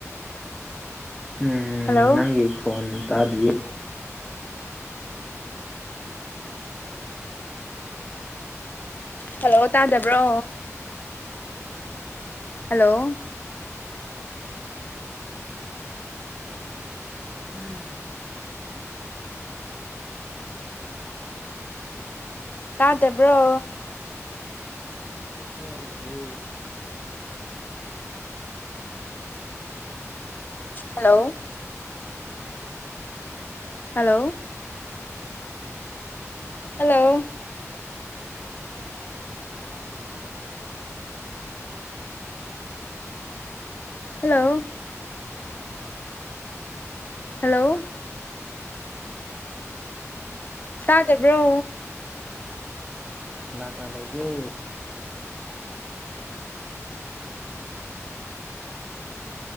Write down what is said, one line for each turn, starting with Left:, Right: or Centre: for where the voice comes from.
Centre: ꯎꯝ
Left: ꯍꯜꯂꯣ
Centre: ꯅꯪꯒꯤ ꯈꯣꯟ ꯇꯥꯗꯤꯌꯦ
Left: ꯍꯜꯂꯣ ꯇꯥꯗꯕ꯭ꯔꯣ ꯍꯜꯂꯣ
Centre: <unintelligible>
Left: ꯇꯥ ꯗꯕ꯭ꯔꯣ
Centre: ꯆꯥꯛ ꯆꯥꯔꯕꯣ
Left: hello hello hello hello hello ꯇꯥꯗꯕ꯭ꯔꯣ
Centre: ꯀꯅꯥꯛꯅꯥ ꯂꯩꯒꯦ